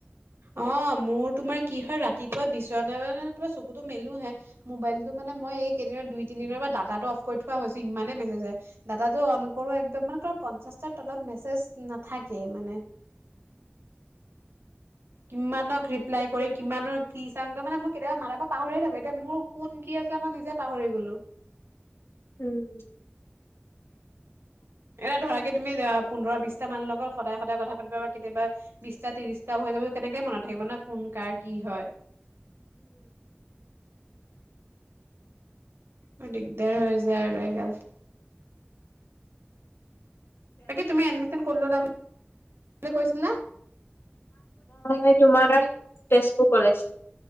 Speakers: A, on the right; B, on the left.
A: অ মোৰ তোমাৰ কি হয় ৰাতিপুৱা বিচনা পৰা তোমাৰ চকুতো মেলোহে। মোবাইলতটো মানে মই এই কেইদিনত দুই তিনিদিনৰ পৰা ডাটাতটো অফ কৰি থোৱা হৈছো, ইমানে মেছেজ আহে। দাতাটো অন কৰো একদম মানে তোমাৰ পঞ্চাশটাৰ তলত মেছেজ নাথাকেই মানে। কিমানক ৰিপ্লাই কৰি কিমানৰ কি চাং তা মানে মই কেতিয়াবা মানে পাহৰিয়েই থাকো এতিয়া মোৰ কোন কি আছে মই নিজে পাহৰি গ'লোঁ।
B: উম।
A: এটা ধৰা কি তুমি পোন্ধৰ বিশটা মানৰ লগত সদায় সদায় কথা পাতিবা। কেতিয়াবা বিশটা ত্ৰিশটাও হৈ যাব কেনেকে মনত থাকিব না কোন কাৰ কি হয়। দিগদাৰ হৈ যায় আৰু এই গাল তাকে তুমি এডমিছন কৰি ললা বুলি কৈছিল না?
B: মই তোমাৰ তেজপুৰ কলেজ।